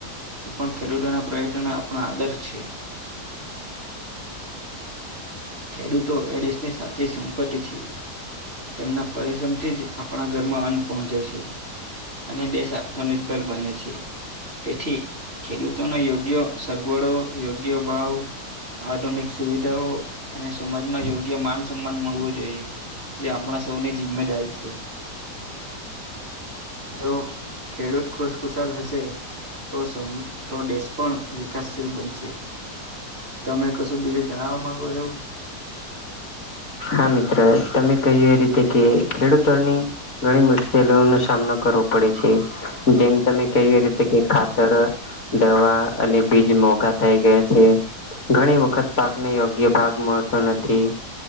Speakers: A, on the right; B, on the left.
A: એ પણ ખેડૂતોના પ્રયત્નોનો આપણો આદર છે ખેડૂતો એ દેશની સાચી સંપત્તિ છે તેમના પરિશ્રમથી જ આપણા ઘરમાં અન્ન પહોંચે છે અને દેશ આત્મનિર્ભર બને છે તેથી ખેડૂતોનો યોગ્ય સગવડો યોગ્ય ભાવ આધુનિક સુવિધાઓ અને સમાજમાં યોગ્ય માન સન્માન મળવું જોઈએ જે આપણા સૌની જિમ્મેદારી છે જો ખેડૂત ખુશખુશાલ હશે તો તો દેશ પણ વિકાસશીલ બનશે તમે કશું બીજે જણાવવા માંગો છો
B: હા મિત્ર તમે કહ્યું એ રીતે કે ખેડૂતોની ઘણી મુશ્કેલીઓનોો સામનો કરવો પડે જેમ તમે ક એ રીતે કે ખાતર દવા અને બીજ મોઘા થઈ ગયા છે ઘણી વખત પાકને યોગ્ય ભાગ મળતો નથી